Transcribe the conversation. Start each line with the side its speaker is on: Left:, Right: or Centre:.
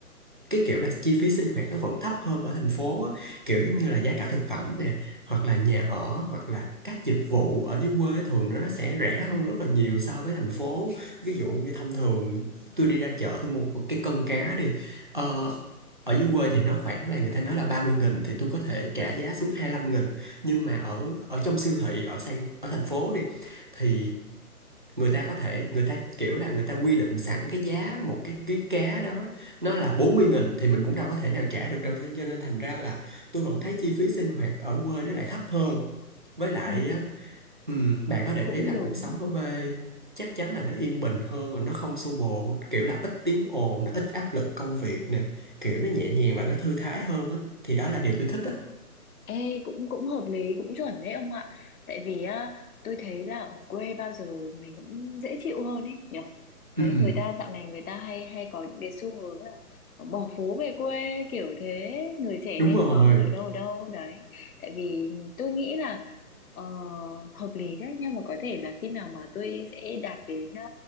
Right: cái kiểu là chi phí sinh hoạt nó vẫn thấp hơn ở thành phố á. kiểu giống như là giá cả thực phẩm nè hoặc là nhà ở hoặc là các dịch vụ ở dưới quê thường nó nó sẽ rẻ hơn rất là nhiều so với thành phố ví dụ như thông thường tôi đi ra chợ tôi mua một cái cân cá đi ờ, ở dưới quê thì nó khoảng là người ta nói là ba mươi nghìn thì tôi có thể trả giá xuống hai lăm nghìn nhưng mà ở ở trong siêu thị ở Sài, ở thành phố đi thì người ta có thể người ta kiểu là người ta quy định sẵn cái giá một cái ký cá đó nó là bốn mươi nghìn thì mình cũng đâu có thể nào trả được đâu thế cho nên thành ra là tôi vẫn thấy chi phí sinh hoạt ở quê nó lại thấp hơn với lại
Left: ừ,
Right: á, ừm, bạn có để
Left: cũng
Right: ý là
Left: đúng
Right: cuộc sống ở quê chắc chắn là nó yên bình hơn và nó không xô bồ kiểu là ít tiếng ồn nè, ít áp lực công việc nè kiểu nó nhẹ nhàng và nó thư thái hơn á thì đó là điều tôi thích á
Left: Ê, cũng cũng hợp lý cũng chuẩn đấy ông ạ tại vì á, tôi thấy là ở quê bao giờ mình cũng dễ chịu hơn ấy nhở đấy
Right: Ừm,
Left: người ta dạo này người ta hay hay có những cái xu hướng là bỏ phố về quê kiểu thế người trẻ
Right: đúng
Left: nên
Right: rồi
Left: chọn ở đâu ở đâu đấy tại vì tôi nghĩ là ờ, hợp lý đấy nhưng mà có thể là khi nào mà tôi sẽ đạt đến ờ,